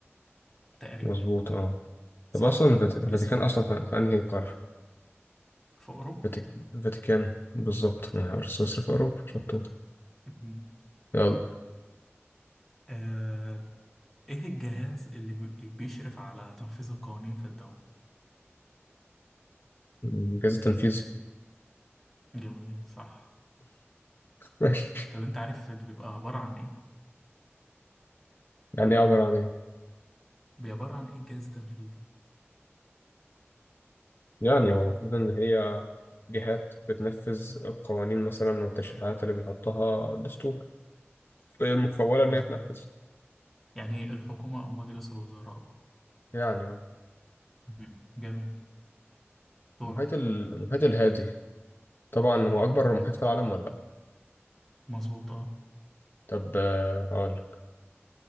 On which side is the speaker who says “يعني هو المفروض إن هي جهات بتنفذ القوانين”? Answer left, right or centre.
Left